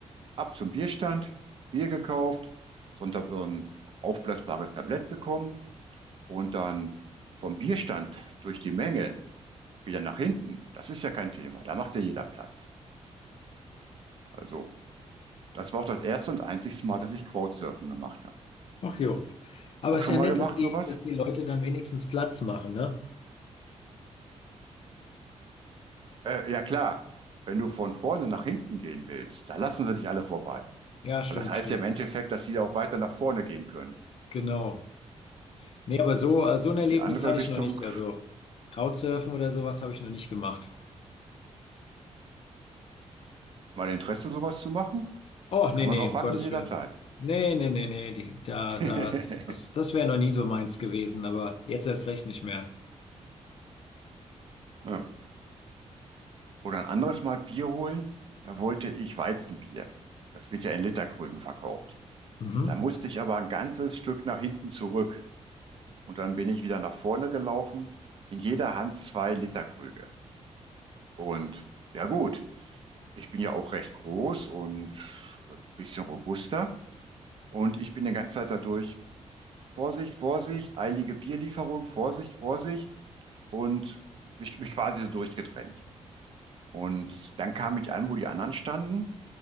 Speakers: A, on the right; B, on the left.
A: Ab zum Bierstand, Bier gekauft, Sonntag ähm, aufblasbares Tablett bekommen und dann vom Bierstand durch die Menge wieder nach hinten. Das ist ja kein Thema. Da macht ja jeder Platz. Also, das war auch das erste und einzigste Mal, dass ich Crowdsurfen gemacht habe.
B: Ach jo. Aber
A: Auch
B: es
A: schon
B: ist ja
A: mal
B: nett,
A: gemacht,
B: dass die,
A: sowas?
B: dass die Leute dann wenigstens Platz machen, ne?
A: Äh, ja, klar. Wenn du von vorne nach hinten gehen willst, da lassen sie dich alle vorbei.
B: Ja, stimmt,
A: Weil das heißt
B: stimmt.
A: ja im Endeffekt, dass sie auch weiter nach vorne gehen können.
B: Genau. Nee, aber so, äh, so ein Erlebnis
A: Die andere
B: hatte ich
A: Richtung,
B: noch nicht. Also Crowdsurfen oder sowas habe ich noch nicht gemacht.
A: mal Interesse, sowas zu machen,
B: Oh,
A: kann
B: nee, nee,
A: man auch
B: um
A: wacken
B: Gottes
A: jederzeit.
B: Willen. Nee, nee, nee, nee, die, da,
A: <laughs>
B: das, das, das wäre noch nie so meins gewesen, aber jetzt erst recht nicht mehr.
A: Ja. Oder ein anderes Mal Bier holen, da wollte ich Weizenbier. Das wird ja in Literkrügen verkauft.
B: Mhm.
A: Da musste ich aber ein ganzes Stück nach hinten zurück. Und dann bin ich wieder nach vorne gelaufen, in jeder Hand zwei Literkrüge. Und ja gut, ich bin ja auch recht groß und ein bisschen robuster. Und ich bin die ganze Zeit dadurch, Vorsicht, Vorsicht, eilige Bierlieferung, Vorsicht, Vorsicht. Und mich, mich quasi so durchgedrängt. Und dann kam ich an, wo die anderen standen,